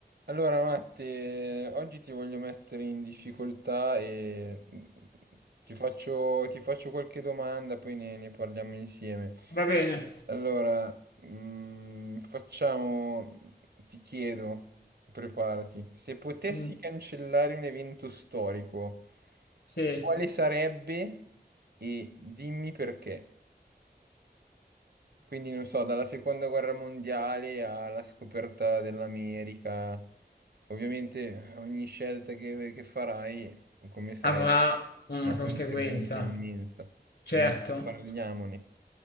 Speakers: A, on the right; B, on the left.
A: Allora, Matte, oggi ti voglio mettere in difficoltà e mm, ti faccio, ti faccio qualche domanda, poi ne, ne parliamo insieme.
B: Va bene,
A: Allora, mm, facciamo, ti chiedo, preparati, se potessi
B: mm,
A: cancellare un evento storico,
B: sì,
A: quale sarebbe e dimmi perché? Quindi non so, dalla seconda guerra mondiale alla scoperta dell'America, ovviamente ogni scelta che, che farai, come sai,
B: avrà
A: ha
B: una
A: una
B: conseguenza,
A: conseguenza immensa.
B: certo.
A: Quindi parliamone.